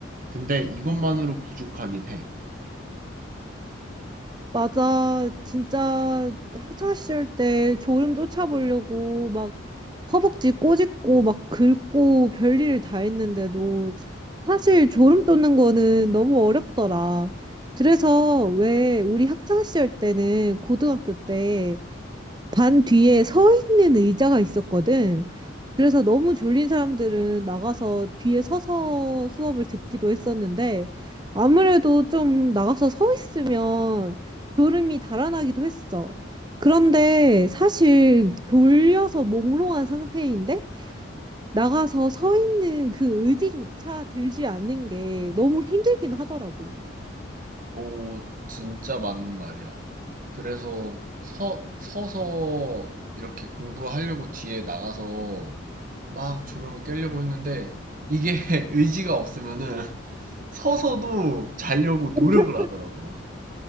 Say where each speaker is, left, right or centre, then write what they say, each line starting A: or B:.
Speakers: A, on the right; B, on the right.
A: 근데 이것만으로 부족하긴 해.
B: 맞아. 진짜 학창시절 때 졸음 쫓아보려고 막 허벅지 꼬집고 막 긁고 별일 다 했는데도 사실 졸음 쫓는 거는 너무 어렵더라. 그래서 왜 우리 학창시절 때는 고등학교 때 반 뒤에 서 있는 의자가 있었거든. 그래서 너무 졸린 사람들은 나가서 뒤에 서서 수업을 듣기도 했었는데 아무래도 좀 나가서 서 있으면 졸음이 달아나기도 했어. 그런데 사실 졸려서 몽롱한 상태인데 나가서 서 있는 그 의지조차 들지 않는 게 너무 힘들긴 하더라고.
A: 오, 진짜 맞는 말이야. 그래서 서, 서서 이렇게 공부하려고 뒤에 나가서 막 졸음을 깨려고 했는데 이게 <laughs> 의지가 없으면은 <laughs> 서서도 자려고 노력을
B: <laughs>
A: 하더라고.